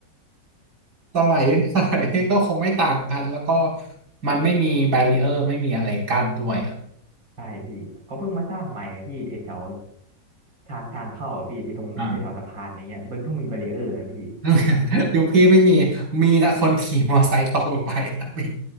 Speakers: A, on the right; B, on the right.
A: สมัย <laughs> สมัยก็คงไม่ต่างกันแล้วก็มันไม่มีแบรีเออร์ไม่มีอะไรกั้นด้วยอ่ะ
B: ใช่พี่เขาเพิ่งมาสร้างใหม่พี่ไอแถวทางทางเข้าอะพี่ไอตรงแถวแถวสะพานอะไรเงี้ยมันเพิ่งมีบารีเออร์นะพี่
A: อ่า <laughs> ยุคพี่ไม่มีมีนะคนขี่มอไซค์ตกลงไป <laughs> อะมี